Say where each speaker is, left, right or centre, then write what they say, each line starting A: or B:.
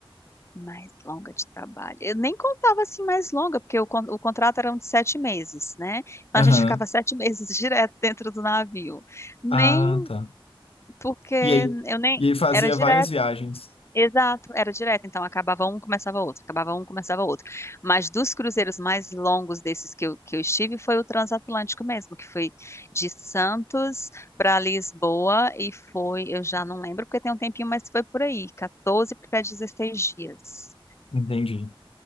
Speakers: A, on the left; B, on the left.
A: Mais longa de trabalho. Eu nem contava assim mais longa, porque o, con- o contrato era um de sete meses, né? Então
B: Aham.
A: a gente ficava sete meses <laughs> direto dentro do navio. Nem
B: Ah, tá.
A: porque
B: E aí?
A: eu nem.
B: E aí fazia
A: Era direto,
B: várias viagens.
A: exato, era direto. Então acabava um, começava outro, acabava um, começava outro. Mas dos cruzeiros mais longos desses que eu, que eu estive foi o transatlântico mesmo, que foi de Santos para Lisboa e foi, eu já não lembro porque tem um tempinho, mas foi por aí, Quatorze para 16 dias.
B: Entendi.